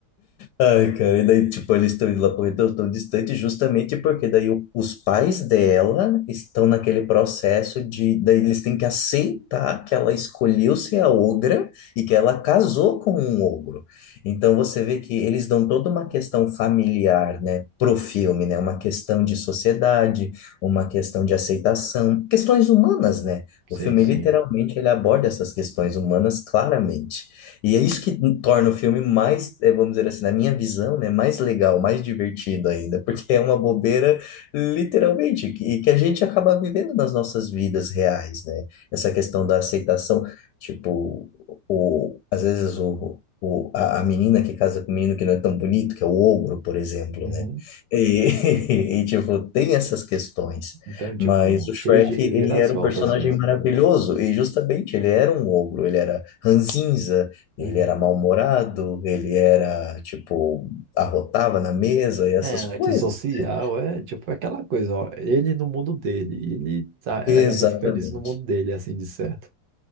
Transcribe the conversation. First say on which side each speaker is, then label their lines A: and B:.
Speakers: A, on the left; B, on the right.
A: Ai, cara, e daí, tipo, eles estão indo lá pro retorno tão distante justamente porque daí o- os pais dela estão naquele processo de, daí eles têm que aceitar que ela escolheu ser a ogra e que ela casou com um ogro. Então você vê que eles dão toda uma questão familiar, né, pro filme, né, uma questão de sociedade, uma questão de aceitação, questões humanas, né?
B: Sim,
A: O filme
B: sim.
A: literalmente ele aborda essas questões humanas claramente. E é isso que torna o filme mais, eh, vamos dizer assim, na minha visão, né, mais legal, mais divertido ainda, <laughs> porque é uma bobeira, literalmente, que- e que a gente acaba vivendo nas nossas vidas reais, né? Essa questão da aceitação, tipo, o, às vezes o, o, a, a menina que casa com o menino que não é tão bonito, que é o ogro, por exemplo,
B: Uhum.
A: né? E, <laughs> e tipo, tem essas questões.
B: Então, tipo,
A: Mas o Shrek,
B: cheio de reviravoltas
A: ele era um personagem
B: mesmo.
A: maravilhoso, e justamente ele era um ogro, ele era ranzinza, ele
B: Uhum.
A: era mal-humorado, ele era, tipo, arrotava na mesa e essas
B: É, antissocial
A: coisas. né?
B: é tipo aquela coisa, ó, ele no mundo dele, ele tá, era
A: Exatamente.
B: muito feliz no mundo dele, assim, de certo.